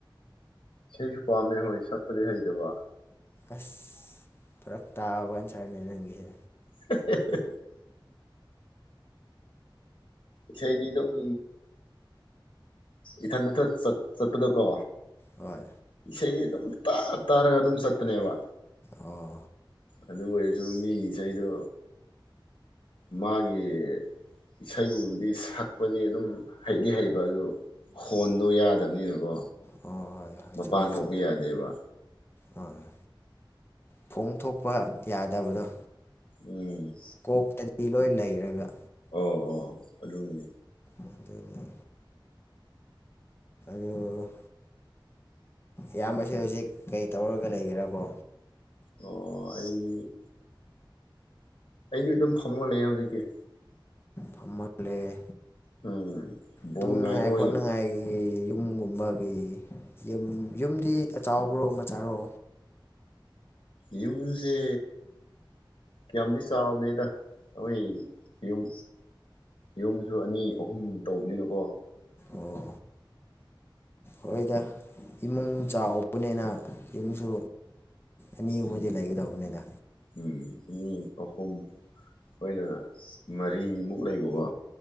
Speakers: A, on the left (about 75°); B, on the left (about 25°).
A: ꯁꯤꯁꯨ ꯄꯥꯝꯃꯦ ꯍꯣꯏ ꯁꯛꯄꯗꯤ ꯍꯩꯇꯕ
B: ꯑꯁ ꯐꯔꯛ ꯇꯥꯕ ꯑꯟꯁꯔꯅꯦ ꯅꯪꯒꯤꯁꯦ
A: <unintelligible> ꯏꯁꯩꯥꯗꯤ ꯑꯗꯨꯝ ꯏꯊꯟꯇꯇ ꯆꯠ ꯆꯠꯄꯗꯀꯣ
B: ꯍꯣꯏ
A: ꯏꯁꯩꯗꯤ ꯑꯗꯨꯝ ꯇꯥ ꯇꯥꯔꯒ ꯑꯗꯨꯝ ꯆꯠꯄꯅꯦꯕ
B: ꯑꯥ
A: ꯑꯗꯨ ꯑꯣꯏꯔꯁꯨ ꯃꯤꯒꯤ ꯏꯁꯩꯗꯣ ꯃꯥꯒꯤ ꯏꯁꯩꯕꯨꯗꯤ ꯁꯛꯄꯗꯤ ꯑꯗꯨꯝ ꯍꯩꯗꯤ ꯍꯩꯕ ꯑꯗꯨ ꯍꯣꯟꯗꯣ ꯌꯥꯗꯕꯅꯤꯅꯀꯣ
B: ꯍꯣꯏ ꯍꯣꯏ ꯍꯣꯏ
A: ꯃꯄꯥꯟ
B: ꯆꯨꯝꯃꯦ
A: ꯊꯣꯛꯄ
B: ꯆꯨꯝꯃꯦ
A: ꯌꯥꯗꯦꯕ
B: ꯑ ꯐꯣꯡ ꯊꯣꯛꯄ ꯌꯥꯗꯕꯗꯣ
A: ꯎꯝ
B: ꯀꯣꯛꯇꯗꯤ ꯂꯣꯏ ꯂꯩꯔꯒ꯫
A: ꯑꯣ ꯑꯣ ꯑꯗꯨꯅꯦ꯫
B: ꯑꯗꯨꯅꯦ꯫ ꯌꯣ ꯏꯌꯥꯝꯕꯁꯦ ꯍꯧꯖꯤꯛ ꯀꯩ ꯇꯧꯔꯒ ꯂꯩꯒ꯭ꯔꯥꯕꯣ꯫
A: ꯑꯣ ꯑꯩ꯫ ꯑꯩꯖꯨ ꯑꯗꯨꯝ ꯐꯝꯉ ꯂꯩꯑꯦ ꯍꯧꯖꯤꯛꯀꯤ꯫
B: ꯐꯝꯃꯒ ꯂꯩꯌꯦ
A: ꯎꯝ ꯕꯣꯜ
B: ꯇꯨꯝꯅꯉꯥꯏ
A: ꯉꯥꯏꯕ ꯑꯣꯏꯅ
B: ꯈꯣꯠꯅꯉꯥꯏꯒꯤ ꯌꯨꯝꯒꯨꯝ ꯕꯥꯒꯤ ꯌꯨꯝ ꯌꯨꯝꯗꯤ ꯑꯆꯥꯎꯕ꯭ꯔꯣ ꯃꯆꯥꯔꯣ꯫
A: ꯌꯨꯝꯖꯦ ꯀꯌꯥꯝꯗꯤ ꯆꯥꯎꯗꯦꯗ ꯑꯍꯣꯢ ꯌꯨꯝ ꯌꯨꯝꯁꯨ ꯑꯅꯤ ꯑꯍꯨꯝ ꯇꯧꯕꯅꯤꯅꯀꯣ꯫
B: ꯑꯣ ꯍꯣꯏꯗ ꯏꯃꯨꯡ ꯆꯥꯎꯕꯅꯦꯅ ꯌꯨꯝꯁꯨ ꯑꯅꯤꯒꯨꯝꯕꯗꯤ
A: ꯎꯝ
B: ꯂꯩꯒꯗꯧꯕꯅꯦꯗ
A: ꯎꯝ ꯃꯤ ꯑꯍꯨꯝ ꯍꯣꯏꯅ ꯃꯔꯤꯃꯨꯛ ꯂꯩꯕꯀꯣ꯫